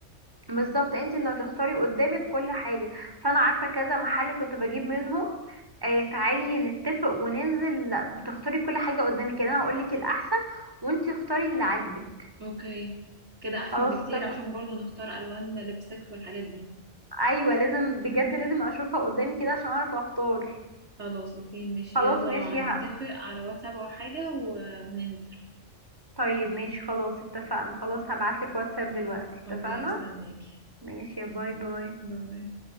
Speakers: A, on the right; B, on the right.
A: بالظبط انت اللي هتختاري قدامك كل حاجة فانا عارفة كذا محل كنت بجيب منهم آه تعالي نتفق وننزل لا، بتختاري كل حاجة قدامك يعني انا هقولك الاحسن وانت اختاري اللي عاجبك
B: اوكي كده احسن
A: خلاص
B: بكتير
A: اتفق
B: عشان برضو نختار الوان لبستكس والحاجات دي
A: ايوه لازم بجد لازم اشوفها قدامي كده عشان اعرف اختار
B: خلاص اوكي ماشي
A: خلاص
B: يلا
A: ماشي
B: نتفق على واتساب او حاجة و... وننزل
A: طيب ماشي خلاص اتفقنا خلاص هبعتلك واتساب دلوقتي
B: اوكي
A: اتفقنا
B: هستناكي
A: ماشي يا باي باي
B: باي